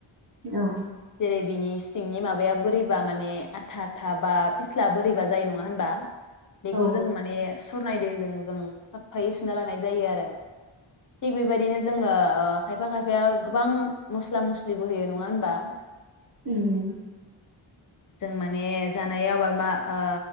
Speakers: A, on the right (about 45°); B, on the left (about 40°).
A: औ
B: जेरै बिनि सिंनि माबाया बोरै बा माने आथा आथा बा फिस्ला बोरैबा जायो नङा होनबा बेखौ
A: औ
B: जों माने सरनाय दैजों जों साफफायै सुना लानाय जायो आरो थिग बेबायदिनो जोङो ओ खायफा खायफाया गोबां मस्ला मस्लिबो होयो नङा होनबा
A: उम उम
B: जों माने जानाय आबाद मा ओ